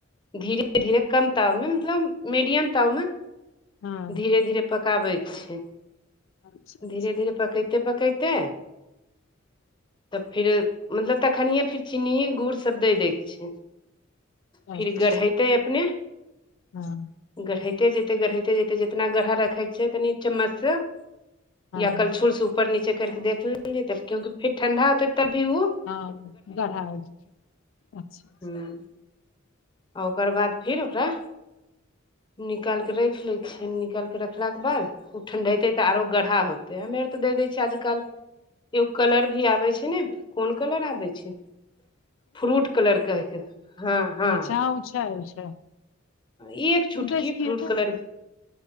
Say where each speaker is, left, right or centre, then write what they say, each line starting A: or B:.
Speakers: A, on the left (about 25°); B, on the left (about 70°).
A: धीरे धीरे कम ताव मे मतलब मीडियम ताव मे
B: हँ
A: धीरे धीरे पकाबैके छै
B: अच्छा अच्छा
A: धीरे धीरे पकैते पकैते फिर मतलब तखनीय फिर चीनी गुड़ सब द दै के छै फिर
B: अच्छा
A: गढ़ेते अपने
B: हँ
A: गढ़इते जतै गढ़इते जतै जेतना गढ़हा रखै छैय तनि चम्मचसँ
B: हँ
A: या कल्छुल से ऊपर नीचे करके देख लेल जेतय क्यंकि फेर ठण्डा होतेै तब भी ओ
B: हँ गढ़ा हो अच्छा
A: हूँ आ ओकर बाद फेर ओकरा निकाल के राख ले छिय निकाल के रखलाक के बाद ओ ठण्ढेतै तऽ आरो गढ़ा होतै हमे आर तऽ दऽ दै छियै आजकल एगो कलर भी आबे छै ने कोन कलर आबे छै फ्रूट कलर कहैके हँ हँ
B: अच्छा उ छै उ छै
A: ई एक छुटकी
B: उदय से की
A: फ्रूट
B: हेतै
A: कलर भी